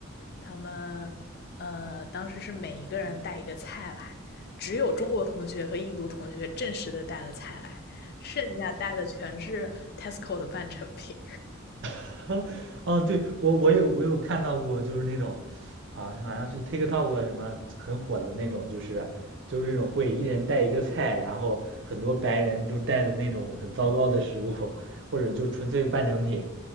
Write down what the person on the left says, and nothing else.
他们呃当时是每一个人带一个菜来，只有中国同学和印度同学正式的带了菜来，剩下带的全是 Tesco 的半成品。